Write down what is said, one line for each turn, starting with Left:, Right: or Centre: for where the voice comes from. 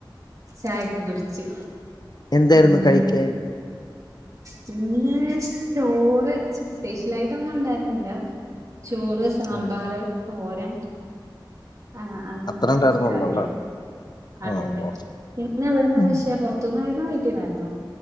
Right: ചായക്കെ കുടിച്ച്
Left: എന്തായിരുന്നു
Right: മ്
Left: കഴിക്കാൻ
Right: പിന്നെ ചോറ് സ്പെഷ്യലായിട്ടൊന്നും ഉണ്ടായിരുന്നില്ല. ചോറ്, സാമ്പാറ്,
Left: ആ,
Right: തോരൻ ആ അങ്ങനത്തെ
Left: അത്ര ഉണ്ടായിരുന്നുള്ളല്ലേ
Right: കൊറച്ച് കറികളൊക്കെ അതെ
Left: ആ
Right: അതെ
Left: ഓ
Right: ഇന്ന് ഇവിടെന്ന് കഴിച്ചേ
Left: ഉം.
Right: പൊറ്ത്ത്ന്നായിരുന്നോ വീട്ട്ന്നായിരുന്നോ?